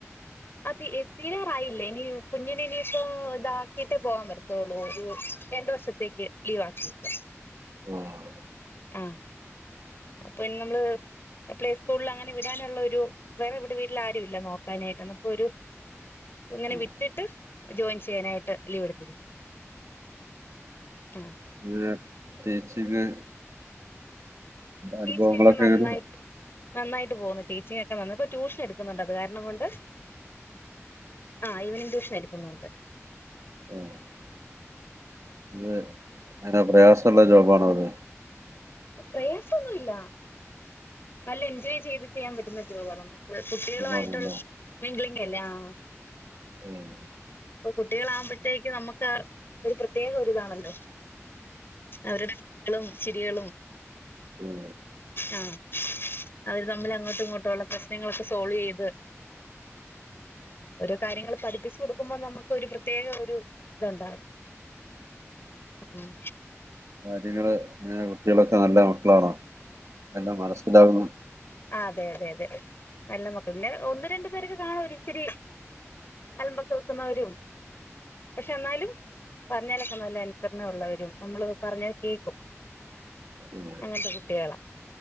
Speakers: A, on the left; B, on the right.
A: ആഹ് തീരാറായില്ലേ ഇനി കുഞ്ഞിന് ഇനിയിപ്പോ ഇതാക്കിട്ടേ പോകാൻ പറ്റത്തുള്ളൂ ഒരു രണ്ട വർഷ- ക്ക് ലീവ് ആക്കീക
B: ആഹ്
A: ആഹ് അപ്പൊ നമ്മള് പ്ലേ സ്കൂളിൽ അങ്ങനെ വിടാനുള്ള ഒരു വേറെ ഇവിടെ വീട്ടിൽ ആരുവില്ല നോക്കാനായിട്ട് അന്നപ്പൊരു ഇങ്ങനെ
B: ഉം
A: വിട്ടിട്ട് ജോയിൻ ചെയ്യാനായിട്ട് ലീവ് എടുത്തിരി ആഹ്
B: ല്ല ടീച്ചിങ് അനുഭവങ്ങളൊക്കെങ്ങനെ
A: ടീച്ചിങ് ഒക്കെ നന്നായിട്ട് നന്നായിട്ട് പോകുന്നു ടീച്ചിങ് ഒക്കെ നന്നാ ഇപ്പൊ ട്യൂഷൻ എടുക്കുന്നുണ്ട് അത് കാര്ണം കൊണ്ട് ആ ഈവെനിങ്ങ് ട്യൂഷെൻ എടുക്കുന്നുണ്ട്
B: ഓ അത് ന്നല്ലെ പ്രയാസൊള്ള ജോബാണത്
A: പ്രയാസൊന്നുല്ല ന്നല്ലെ എൻജോയ് ചെയ്ത് ചെയ്യാൻ പറ്റുന്ന ജോബാ ന്നമുക്ക് ക കുട്ടികളുആയിട്ടുള്ള
B: ജോബാണല്ലോ
A: മിംഗ്ലിങ് അല്ലേ ആ
B: ഉം
A: കുട്ടികളാകുമ്പഴത്തേക്ക് ന്നമുക്ക് ഒരു പ്രത്യേക ഒരിതാണല്ലോ അവരുടെ കളികളും ചിരികളും
B: ഉം
A: ആഹ് അവര് തമ്മിൽ അങ്ങോട്ടു ഇങ്ങോട്ടുള്ള പ്രശ്നങ്ങളൊക്കെ സോൾവെയ്യ്ത് ഓരോ കാര്യങ്ങള് പഠിപ്പിച്ച് കൊടുക്കുമ്പോ നമ്മക്ക് ഒരുപ്ര ത്യേക ഒരു ഇതൊണ്ടാവും ആഹ്.
B: കാര്യങ്ങള് ഇങ്ങനെ കുട്ടികളൊക്കെ നല്ല മക്കളാണാ എല്ലാം മനസ്സിലാകുന്ന
A: ആഹ് അതെ അതെ അതെ നല്ല മക്കള് പിന്നെ ഒന്ന്, രണ്ടു പേരൊക്കെ കാണും ഒരിച്ചിരി അലമ്പൊക്കെ വെക്കുന്നവരും. പക്ഷെ എന്നാലും പറഞ്ഞാലൊക്കെ നല്ലെ അനുസരണ ഒള്ളവരും നമ്മള് പറഞ്ഞാ കേക്കും.
B: <inaudible>
A: അങ്ങൻത്തെ കുട്ടികളാ.